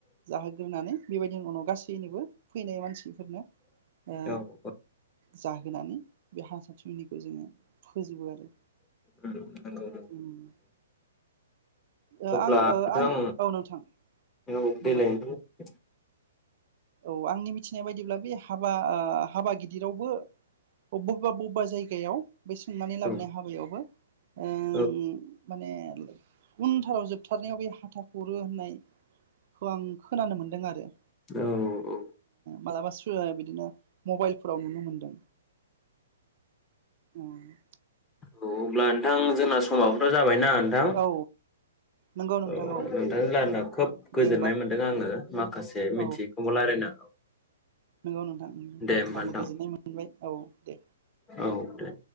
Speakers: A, on the right; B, on the left.
A: जाहोग्रोनानै बेबायदि बेनि उनाव गासैनिबो फैनाय मानसि फोरनो ओ
B: औ औ
A: जाहोनानै बे हासा थुनिखौ जोङो फोजोबो आरो।
B: नंगौ
A: उम ओ
B: अब्ला
A: आं
B: नोंथां
A: आं औ नोंथां
B: <unintelligible>
A: बुंलाय औ आंनि मिथिनाय बायदिब्ला बे हाबा हाबा गिदिरावबो बबेबा बबेबा जायगायाव बे सोंनानै लाबोनाय
B: औ
A: हाबायावबो ओ
B: औ
A: माने उनथाराव जोबथारनायाव बे हाथा खुरो होननायखौ आं खोनानो मोनदों आरो।
B: ओ ओ औ औ।
A: मालाबा <unintelligible> बिदिनो मबाइलफोराव नुनो मोनदों। ओम
B: औ अब्ला नोंथां जोंना समाबोथ' जाबाय दा नोंथां?
A: औ नंगौ नोंथां
B: औ नोंथांजों रायलायना खोब गोजोननाय
A: दे होमबा
B: मोनदों आङो माखासे
A: औ
B: मिथियैखौबो रायज्लायना
A: नंगौ नोंथां ओं
B: होमबा
A: आंबो
B: नोंथां
A: गोजोननाय मोनबाय औ दे।
B: औ दे।